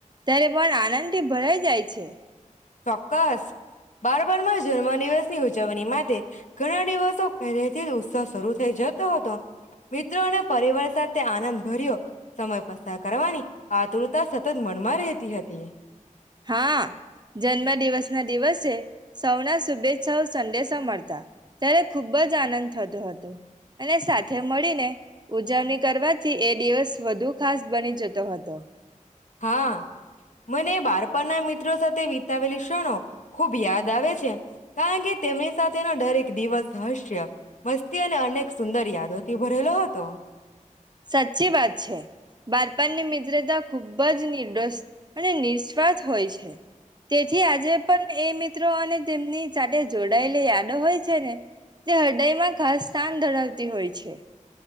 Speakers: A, on the right; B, on the left.
A: ત્યારે મન આનંદથી ભરાઈ જાય છે
B: ચોક્કસ બાર બારમા જન્મદિવસ ની ઉજવણી માટે ઘણા દિવસો પહેરે તે જ ઉત્સાહ શરૂ થઈ જતો હતો મિત્રો અને પરિવાર સાથે આનંદ ભર્યો સમય પસાર કરવાની આતુરતા સતત મનમાં રહેતી હતી તે
A: હા જન્મ દિવસ ના દિવસે સૌના શુભેચ્છાઓ સંડેશ મળતા ત્યારે ખુબ જ આનંદ થતો હતો અને સાથે મળીને ઉજવણી કરવાથી એ દિવસ વધુ ખાસ બની જતો હતો તો
B: હા મને બાળપણના મિત્રો સાથે વી વિતાવેલી ક્ષનો ખુબ યાદ આવે છે કારણ કે તેમની સાથેનો દરેક દિવસ હસ્ય મસ્તી અને અનેક સુંદર યાદોથી ભરેલો હતો <inaudible>
A: સાચી વાત છે બારપનની મિત્રતા ખુબ જ નિર્દોસ અને નિસ્વાર્થ હોય છે તેથી આજે પણ એ મિત્રો અને તેમની સાથે જોડાયેલી યાદો હોય છે ને જે હૃદયમાં ખાસ સ્થાન ધરાવતી હોય છે